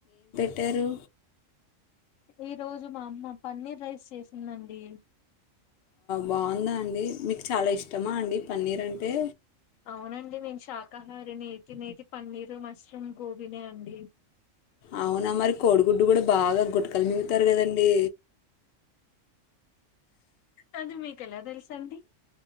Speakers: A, on the left (about 60°); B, on the left (about 80°).
A: ట్టారు
B: ఈ రోజు మా అమ్మ పన్నీర్ రైస్ చేసిందండి
A: బాగుందా అండి మీకు చాలా ఇష్టమా అండి పన్నీర్ అంటే
B: అవునండి మేము శాకాహార నేతినేది పన్నీర్ మష్రూమ్ గోబీ నే అండి
A: అవునా మరి కోడిగుడ్డు కూడా బాగా గుటకలు మింగుతారు కదండి
B: అనీ మీకెలా తెలుసండి